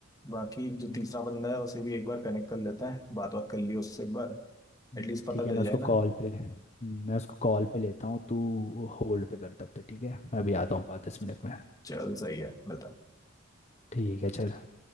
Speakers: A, on the left; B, on the left.
A: बाकी
B: हम्म,
A: जो तीसरा बंदा है उसे भी एक बार कनेक्ट कर लेते हैं बात बात कर लियो उससे एक बार
B: हम्म,
A: एटलीस्ट पता
B: ठीक है
A: चल
B: मैं उसको
A: जाए ना
B: कॉल बिल्कुल पे हम्म, मैं उसको कॉल पे लेता हूँ तू होल्ड पे कर तब तक ठीक है मैं अभी आता हूँ पाँच दस मिनट में
A: चल सही है मिलता है।
B: ठीक है चल